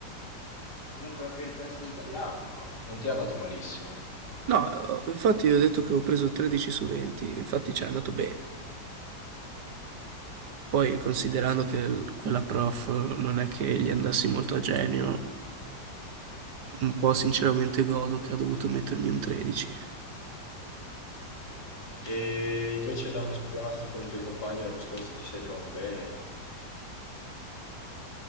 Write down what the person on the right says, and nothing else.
No, eh, infatti io ho detto che ho preso 13 su 20, infatti ci è andato bene. Poi considerando che l- quella prof eh, non è che gli andassi molto a genio, un po' sinceramente godo che ha dovuto mettermi un 13.